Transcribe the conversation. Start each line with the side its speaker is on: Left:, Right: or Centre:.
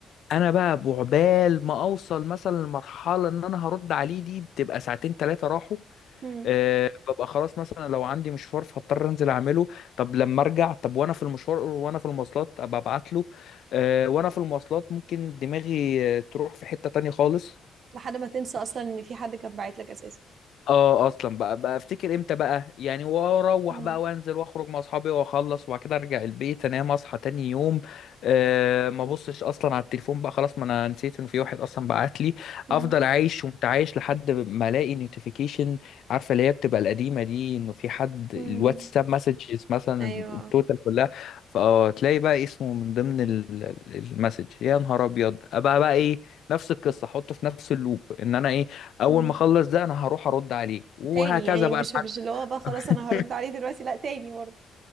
Left: انا بقى بعبال ما اوصل مثلا لمرحله ان انا هرد عليه دي بتبقى ساعتين ثلاثه راحوا
Right: هم
Left: أه ببقى خلاص مثلا لو عندي مشوار فهضطر انزل اعمله طب لما ارجع طب وانا في المشوار وانا في المواصلات ابقى ابعت له أه وانا في المواصلات ممكن دماغي آه، تروح في حتة تانية خالص
Right: لحد ما تنسى اصلا ان في حد كان باعت لك اساسا
Left: اه اصلا بقى بقى افتكر امتى بقى يعني واروح
Right: هم
Left: بقى وانزل واخرج مع اصحابي واخلص وبعد كده ارجع البيت انام اصحى تاني يوم أه ما ابصش اصلا على التليفون بقى خلاص ما انا نسيت ان في واحد اصلا بعت لي
Right: هم
Left: افضل عايش ومتعايش لحد ما الاقي نوتيفيكيشن عارفه اللي هي بتبقى القديمه دي انه في حد
Right: هم
Left: الواتساب مسجز مثلا
Right: ايوه
Left: التوتال كلها فتلاقي بقى اسمه من ضمن ال- ال- المسج يا نهار ابيض ابقى بقى ايه نفس القصه احطه في نفس اللوب ان انا ايه اول
Right: هم
Left: ما اخلص ده انا هروح ارد عليه وهكذا
Right: تاني يعني
Left: بقى
Right: مش
Left: لحد
Right: مش اللي هو بقى خلاص
Left: <laughs>
Right: انا هرد عليه دلوقتي لا تاني برضه